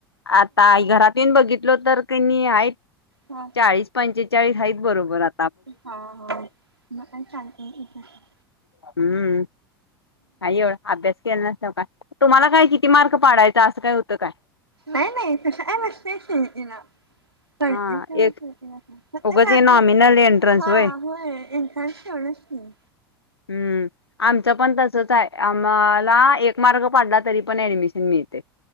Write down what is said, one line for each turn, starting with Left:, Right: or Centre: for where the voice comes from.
Left: आता आई घरात येन बघितलो तर कणी आहेत
Right: हा
Left: चाळीस पंचेचाळीस आहेत बरोबर आ
Right: हा हा मला छलत
Left: हम्म काय एवढं अभ्यास केला नसत का तुम्हाला काय किती मार्क पाडायचा असं काय होतं काय
Right: नाही नाहीशती ना कळतीलवढ
Left: हा एक उगच हे नॉमिनल एंट्रन्स
Right: हा
Left: व्हय
Right: होय इनथांवढंच <unintelligible> हम्
Left: हम्म आमचं पण तसच हाय. मला एक मार्क पाडला तरी पण ऍडमिशन मिळतय.